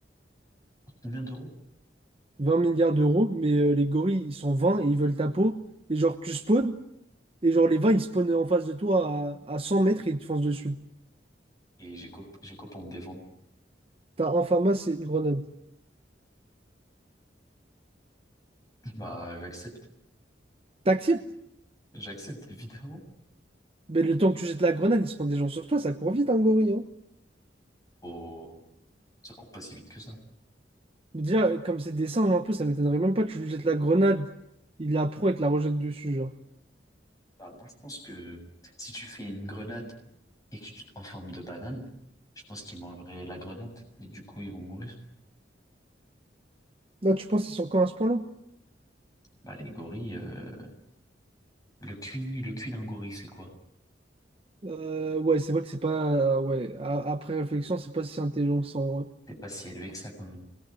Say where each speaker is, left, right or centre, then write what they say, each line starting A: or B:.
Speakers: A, on the left (about 20°); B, on the right (about 35°).
A: Pour combien d'euros?
B: 20 milliards d'euros, mais euh, les gorilles, ils sont 20 et ils veulent ta peau. Et genre, tu spawns, et genre, les 20, ils spawnent en face de toi à, à 100 mètres et ils te foncent dessus.
A: Et j'ai quoi, j'ai quoi pour me défendre?
B: T'as un Fama, c'est une grenade.
A: <laughs> Bah, j'accepte.
B: T'acceptes,
A: J'accepte, évidemment.
B: mais le temps que tu jettes la grenade, ils se prennent des gens sur toi, ça court vite, un gorille. Hein.
A: Oh, ça court pas si vite que ça.
B: Déjà, comme c'est des singes un peu, ça m'étonnerait même pas que tu lui jettes la grenade, il la prend et te la rejette dessus, genre.
A: Bah, moi, je pense que si tu fais une grenade et que tu- en forme de banane, je pense qu'ils mangeraient la grenade et du coup, ils vont mourir.
B: Là, tu penses qu'ils sont quand à ce point-là?
A: Bah, les gorilles, euh, le cuit, le cuit d'un gorille, c'est quoi?
B: Euh, ouais, c'est vrai que c'est pas. ouais, a- après réflexion, c'est pas si intelligent que ça, en vrai.
A: C'est pas si élevé que ça, quand même.